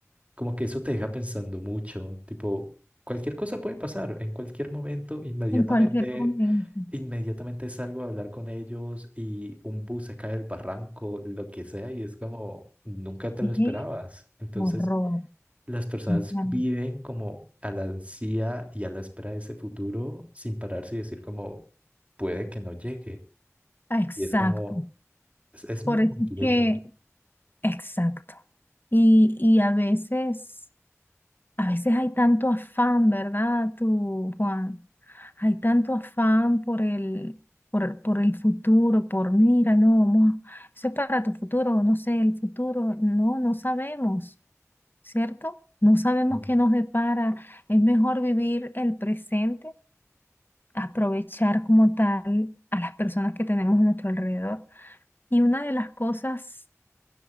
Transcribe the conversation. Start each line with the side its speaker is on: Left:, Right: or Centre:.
Right: como que eso te deja pensando mucho, tipo, cualquier cosa puede pasar en cualquier momento, inmediatamente,
Left: En cualquier momento.
Right: inmediatamente salgo a hablar con ellos y un bus se cae del barranco, lo que sea, y es como, nunca te
Left: Qué
Right: lo esperabas. Entonces,
Left: horror.
Right: las personas
Left: O sea,
Right: viven como a la ansia y a la espera de ese futuro sin pararse y decir como, puede que no llegue.
Left: Exacto.
Right: Y es como, es, es muy
Left: Por eso
Right: complejo.
Left: es que, exacto. Y, y a veces A veces hay tanto afán, ¿verdad, tú, Juan? Hay tanto afán por el, por, por el futuro, por mira, no, vamos, eso es para tu futuro, no sé, el futuro, no, no sabemos, ¿cierto? No sabemos
Right: Mm.
Left: qué nos depara. Es mejor vivir el presente, aprovechar como tal a las personas que tenemos a nuestro alrededor. Y una de las cosas,